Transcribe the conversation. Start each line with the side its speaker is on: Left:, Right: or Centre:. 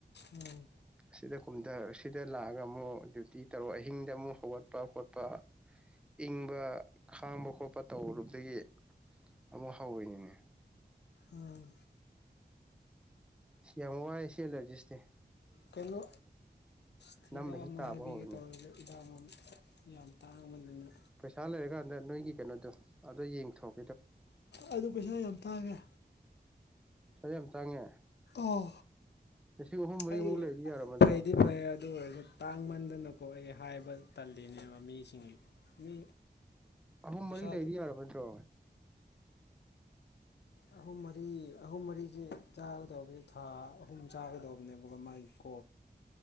Left: ꯎꯝ
Centre: ꯑꯁꯤꯗ ꯀꯨꯝꯊ ꯁꯤꯗ ꯂꯥꯛꯑꯒ ꯑꯃꯨꯛ ꯗ꯭ꯌꯨꯇꯤ ꯇꯔꯣ ꯑꯍꯤꯡꯗ ꯑꯃꯨꯛ ꯍꯧꯒꯠꯄ ꯈꯣꯠꯄ ꯏꯪꯕ ꯈꯥꯡꯕ ꯈꯣꯠꯄ ꯇꯧꯔꯨꯕꯗꯒꯤ ꯑꯃꯨꯛ ꯍꯧꯋꯤꯅꯤꯅꯦ
Left: ꯎꯝ
Centre: ꯁꯤ ꯌꯥꯝ ꯋꯥꯏꯑꯦ ꯁꯤ ꯑꯦꯂꯔꯖꯤꯁꯦ
Left: ꯀꯩꯅꯣ ꯁꯤꯗꯥꯛ
Centre: ꯅꯝ ꯃꯍꯤ
Left: ꯑꯃ
Centre: ꯇꯥꯕ
Left: ꯍꯥꯏꯕꯤꯒꯦ
Centre: ꯍꯧꯔꯅꯤ
Left: ꯇꯧꯔꯤꯕ ꯍꯤꯗꯥꯥꯛ ꯑꯃ ꯌꯥꯝ ꯇꯥꯡꯕꯅꯤꯅ
Centre: ꯄꯩꯁꯥ ꯂꯩꯔꯀꯥꯟꯗ ꯅꯣꯏꯒꯤ ꯀꯩꯅꯣꯗꯣ ꯑꯗꯨꯗꯣ ꯌꯦꯡꯊꯣꯛ
Left: ꯑꯗꯨ ꯄꯩꯁꯥ ꯌꯥꯝ ꯇꯥꯡꯉꯦ
Centre: ꯄꯩꯁꯥ ꯌꯥꯝ ꯇꯥꯡꯉꯦ
Left: ꯑꯣ
Centre: ꯂꯤꯁꯤꯡ ꯑꯍꯨꯝ ꯃꯔꯤꯃꯨꯛ
Left: ꯑꯩ
Centre: ꯂꯩꯔꯗꯤ ꯌꯥꯔꯕ ꯅꯠꯇ꯭ꯔꯣ
Left: ꯐꯩꯗꯤ ꯐꯩ ꯑꯗꯨ ꯑꯣꯏꯔꯁꯨ ꯇꯥꯡꯃꯟꯗꯅꯀꯣ ꯑꯩ ꯍꯥꯏꯕ ꯇꯜꯂꯤꯅꯦꯕ ꯃꯤꯁꯤꯡꯒꯤ ꯃꯤ
Centre: ꯑꯍꯨꯝ
Left: ꯄꯩꯁꯥꯗꯨ
Centre: ꯃꯔꯤ ꯂꯩꯗꯤ ꯌꯥꯔꯕ ꯅꯠꯇ꯭ꯔꯣ
Left: ꯑꯍꯨꯝ ꯃꯔꯤ ꯑꯍꯨꯝ ꯃꯔꯤꯁꯦ ꯆꯥꯒꯗꯧꯕꯁꯦ ꯊꯥ ꯑꯍꯨꯝ ꯆꯥꯒꯗꯧꯕꯅꯦꯕꯀ ꯃꯥꯏ <inaudible>